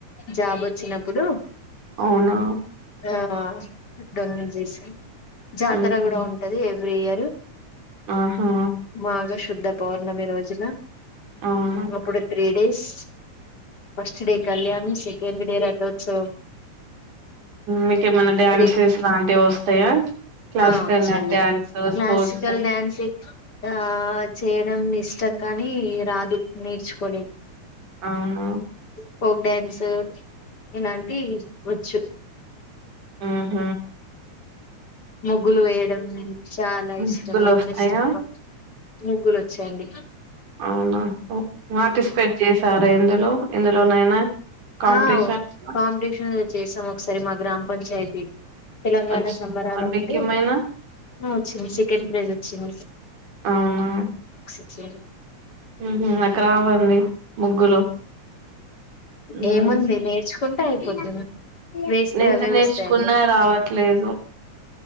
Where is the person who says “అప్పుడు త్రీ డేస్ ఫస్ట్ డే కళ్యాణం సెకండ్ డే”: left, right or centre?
Left